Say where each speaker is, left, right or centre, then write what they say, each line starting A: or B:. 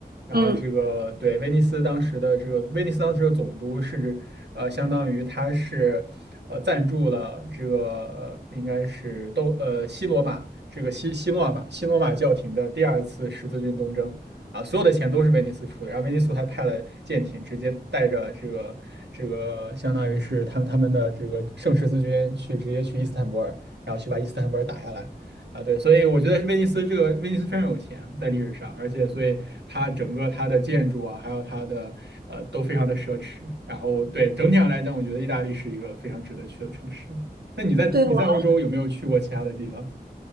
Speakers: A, on the right; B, on the right.
A: 然后这个对威尼斯当时的这个威尼斯当时的总督是指呃，
B: 嗯，
A: 相当于他是呃赞助了这个呃应该是都呃西罗马这个西西罗马西罗马教廷的第二次十字军东征。啊，所有的钱都是威尼斯出的，然后威尼斯还派了舰艇，直接带着这个这个，相当于是他们他们的这个圣十字军去直接去伊斯坦布尔，然后去把伊斯坦布尔打下来。啊，对，所以我觉得威尼斯这个威尼斯非常有钱，在历史上，而且所以它整个它的建筑啊，还有它的呃都非常的奢侈。然后对整体上来讲，我觉得意大利是一个非常值得去的城市。那你在你在欧洲有没有去过其他的地方？
B: 对，我还